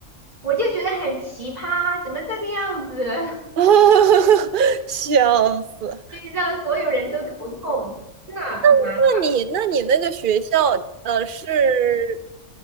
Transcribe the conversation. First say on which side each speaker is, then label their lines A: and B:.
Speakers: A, on the right (about 30°); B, on the right (about 50°).
A: 我就觉得很奇葩，怎么这个样子？
B: <laughs> 笑死！
A: <laughs> 对，让所有人都头痛，真的很难。
B: 那你那你那个学校，呃，是